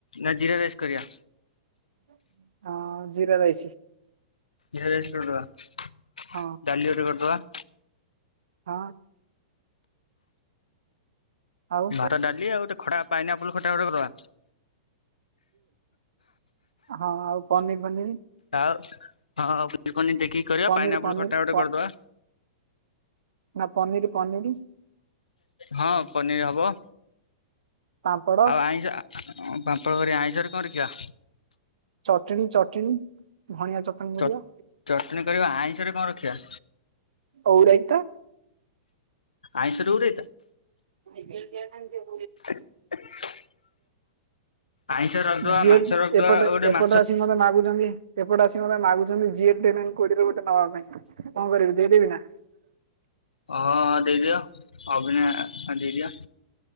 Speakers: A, on the left; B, on the right.
A: ନା ଜିରା ରାଇସ୍ କରିଆ?
B: <inaudible> ହଁ ଜିରା ରାଇସ।
A: ଜିରା ରାଇସ କରିଦବା
B: ହଁ
A: ଡାଲି ଗୋଟେ କରିଦବା।
B: ହଁ। ଆଉ
A: ଭାତ ଡାଲି ଆଉ ଗୋଟେ ଖଟା ପାଇନାପଲ ଖଟା ଗୋଟେ କରିଦବା
B: ହଁ ଆଉ ପନିର ପନିର
A: ଆଉ ହଁ ପନିର ଫନିର ଦେଖିକି କରିବା
B: ପନିର
A: ପାଇନ ଆପଲ
B: ପନିର
A: ଖଟା ଗୋଟେ
B: ପ
A: କରିଦବା।
B: ନା ପନିର ପନିର
A: ହଁ ପନିର୍ ହବ
B: ପାମ୍ପଡ଼
A: ଆଉ ଆଇଁଷ ପାମ୍ପଳ କରିବା ଆଇଁଷରେ କଣ ରଖିବା?
B: ଚଟଣି ଚଟଣୀ ଧାଣିଆ ଚଟଣି
A: ଚ
B: କରିବା।
A: ଚଟଣି କରିବା ଆଇଁଷ ରେ କଣ ରଖିବା?
B: ଓଉରାଇତା
A: ଆଇଁଷ ରେ ଗୋଟେ
B: <inaudible>
A: <inaudible> ଆଇଁଷ ରଖିଦବା
B: ଯିଏ
A: ମାଛ ରଖିଦବା
B: ଏପଟେ
A: ଗୋଟେ
B: ଏପଟେ
A: ମାଛ
B: ଆସି ମତେ ମାଗୁଛନ୍ତି। ଏପଟେ ଆସି ମତେ ମାଗୁଛନ୍ତି <unintelligible> କୋଡ଼ିଏରେ ଗୋଟେ ନବା ପାଇଁ କଣ କରିବି ଦେଇଦେବି ନା?
A: ହଁ ହଁ ଦେଇଦିଅ ଅଭିନୟ ଦେଇଦିଅ।